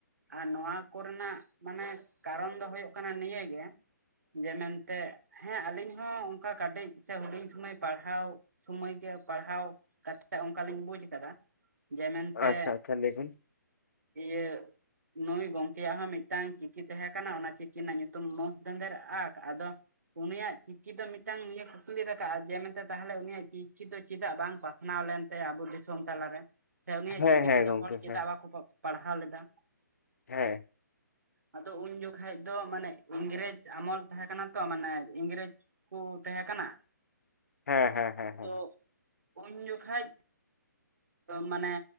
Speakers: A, on the right (about 55°); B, on the left (about 55°).
A: ᱟᱨ ᱱᱚᱣᱟ ᱠᱚᱨᱮᱱᱟᱜ ᱢᱟᱱᱮ ᱠᱟᱨᱚᱱ ᱫᱚ ᱦᱩᱭᱩᱜ ᱠᱟᱱᱟ ᱱᱤᱭᱟᱹᱜᱮ ᱡᱮ ᱢᱮᱱᱛᱮ ᱦᱮᱸ ᱟᱞᱤᱧ ᱦᱚᱸ ᱚᱱᱠᱟ ᱠᱟᱴᱮᱡ ᱥᱮ ᱦᱩᱰᱤᱧ ᱥᱩᱢᱟᱹᱭ ᱯᱟᱲᱦᱟᱣ ᱥᱚᱢᱚᱭ ᱜᱮ ᱯᱟᱲᱦᱟᱣ ᱠᱟ ᱠᱟᱛᱮᱫ ᱚᱱᱠᱟᱞᱤᱧ ᱵᱩᱡ ᱟᱠᱟᱫᱟ ᱡᱮ ᱢᱮᱱᱛᱮ
B: ᱟᱪᱪᱷᱟ ᱟᱪᱪᱷᱟ ᱞᱟᱹᱭ ᱵᱤᱱ
A: ᱤᱭᱟᱹ ᱱᱩᱭ ᱜᱚᱝᱠᱮᱭᱟᱜ ᱦᱚᱸ ᱢᱤᱫᱴᱟᱝ ᱪᱤᱠᱤ ᱛᱟᱦᱮᱸ ᱠᱟᱱᱟ ᱚᱱᱟ ᱪᱤᱠᱤ ᱨᱮᱱᱟᱜ ᱧᱩᱛᱩᱢ ᱢᱚᱸᱡᱽ ᱫᱟᱸᱫᱷᱮᱨ ᱟᱠ ᱟᱫᱚ ᱩᱱᱤᱭᱟᱜ ᱪᱤᱠᱤ ᱫᱚ ᱢᱤᱫᱴᱟᱝ ᱱᱤᱭᱟᱹ ᱠᱩᱠᱞᱤ ᱨᱟᱠᱟᱵ-ᱟ ᱡᱮ ᱢᱮᱱᱛᱮ ᱛᱟᱦᱚᱞᱮ ᱩᱱᱤᱭᱟᱜ ᱪᱤᱠᱤ ᱫᱚ ᱪᱮᱫᱟᱜ ᱵᱟᱝ ᱯᱟᱥᱱᱟᱣ ᱞᱮᱱ ᱟᱵᱚ ᱫᱤᱥᱚᱢ ᱛᱟᱞᱟ ᱨᱮ ᱥᱮ ᱩᱱᱤᱭᱟᱜ
B: ᱦᱮᱸ
A: ᱪᱤᱠᱤ
B: ᱦᱮᱸ
A: ᱛᱮᱫᱚ
B: ᱜᱚᱝᱠᱮ
A: ᱦᱚᱲ ᱪᱮᱫᱟᱜ
B: ᱦᱮᱸ
A: ᱵᱟᱠᱚ ᱯᱟᱲᱦᱟᱣ ᱞᱮᱫᱟ
B: ᱦᱮᱸ
A: ᱟᱫᱚ ᱩᱱ ᱡᱚᱠᱷᱟᱡ ᱫᱚ ᱢᱟᱱᱮ ᱤᱝᱨᱮᱡᱽ ᱟᱢᱚᱞ ᱛᱟᱦᱮᱸ ᱠᱟᱱᱟ ᱛᱚ ᱢᱟᱱᱮ ᱤᱝᱨᱮᱡᱽ ᱠᱚ ᱛᱟᱦᱮᱸ ᱠᱟᱱᱟ
B: ᱦᱮᱸ ᱦᱮᱸ ᱦᱮᱸ ᱦᱮᱸ
A: ᱛᱚ ᱩᱱ ᱡᱚᱠᱷᱟᱡ ᱢᱟᱱᱮ